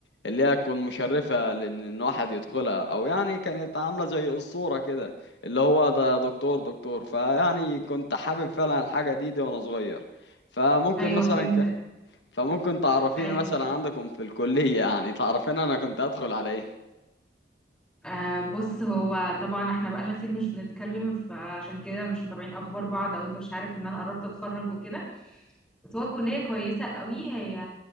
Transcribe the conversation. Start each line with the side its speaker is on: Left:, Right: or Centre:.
Left: اللي هي تكون مشرفه لان إن واحد يدخلها او يعني كانت عامله زي الصوره كده اللي هو ده دكتور دكتور فيعني كنت حابب فعلا الحاجه دي دي وانا صغير فممكن
Centre: ايوه
Left: مثلا
Centre: فهمتك
Left: ك... فممكن تعرفيني
Centre: ايوه
Left: مثلا عندكم في الكليه يعني تعرفين انا كنت ادخل على ايه
Centre: آه بص هو طبعا احنا بقالنا كتير مش بنتكلم فعشان كده مش متابعين اخبار بعض او انت مش عارف ان انا قربت اتخرج وكده بس هو الكليه كويسه قوي هي